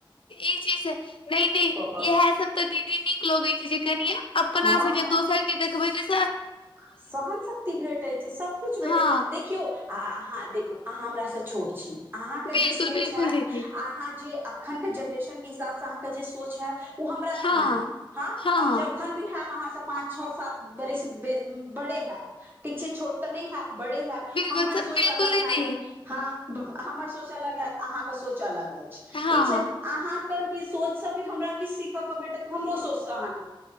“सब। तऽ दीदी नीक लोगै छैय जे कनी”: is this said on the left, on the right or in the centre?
Left